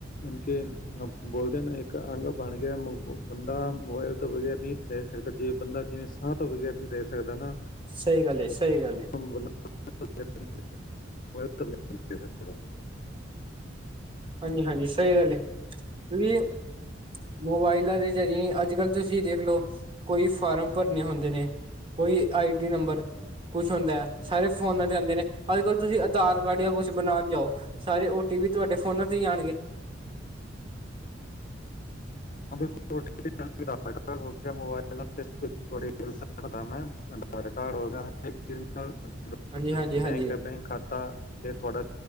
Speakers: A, on the left; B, on the right.
A: ਅਣ ਕਿ ਅ ਬੋਲਦੇ ਆਂ ਨਾ ਇੱਕ ਅੰਗ ਬਣ ਗਿਐ ਮ-ਬ, ਬੰਦਾ ਮੋਬਾਇਲ ਤੋਂ ਬਗੈਰ ਨੀਂ ਰੈਅ ਸਕਦਾ ਜੇ ਬੰਦਾ ਜਿਵੇਂ ਬੰਦਾ ਜਿਵੇਂ ਸਾਂਅ ਤੋਂ ਬਗੈਰ ਨੀਂ ਰੈਅ ਸ ਸਕਦਾ ਨਾਂ।
B: ਸਈ ਗੱਲ ਏ- ਸਈ ਗੱਲ ਏ।
A: <unintelligible> <unintelligible>
B: ਹਾਂਜੀ-ਹਾਂਜੀ। ਸਈ ਗੱਲ ਏ, ਕਿਉਂਕਿ ਮੋਬਾਇਲਾਂ ਦੇ ਜਰੀਏਂ ਈ ਅੱਜ-ਕਲ ਤੁਸੀਂ ਦੇਖਲੋ ਕੋਈ ਫਾਰਮ ਭਰਨੇ ਹੁੰਦੇ ਨੇ ਕੋਈ ਆਈ ਡੀ ਨੰਬਰ ਕੁਛ ਹੁੰ ਦੈ ਸਾਰੇ ਫੋਨਾਂ ਤੇ ਆਂਦੇ ਨੇ, ਅੱਜ-੍ਰਕਲ ਤੁਸੀਂ ਆਧਾਰ ਕਾਰਡ ਜਾਂ ਕੁਛ ਬਣਾਣ ਜਾਓ ਸਾਰੇ ਓ ਟੀ ਪੀ ਤੁਆਡੇ ਫੋਨਾਂ ਤੇ ਈ ਆਣਗੇ।
A: ਹਾਂ ਬਿਲਕੁਲ। ਓ ਟੀ ਪੀ <unintelligible> <unintelligible>
B: ਹਾਂਜੀ ਹਾਂਜੀ ਹਾਂਜੀ
A: ਬੈਂਕ ਐ ਬੈਂਕ ਖਾਤਾ ਤੇ ਤੁਆਡਾ